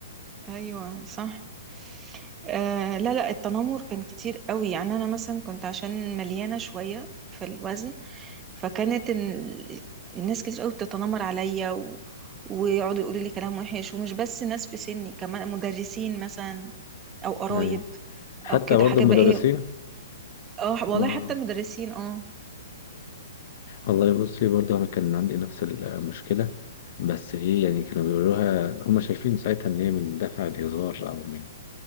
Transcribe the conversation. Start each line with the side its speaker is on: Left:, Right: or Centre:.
Right: ايوه صح آه لا لا التنمر كان كتير قوي يعني انا مثلا كنت عشان مليانه شويه في الوزن فكانت ال- الناس كتير قوي بتتنمر عليا و... ويقعدوا يقولوا لي كلام وحش ومش بس ناس في سني كمان مدرسين مثلا او قرايب
Left: ايوه حتى
Right: او كده
Left: برضه
Right: حاجه
Left: المدرسين
Right: بقى ايه اه والله
Left: ما
Right: حتى المدرسين اه
Left: والله بصي برضه انا كان عندي نفس المشكله بس ايه يعني كانوا بيقولوها هم شايفين ساعتها ان هي من دافع الهزار او من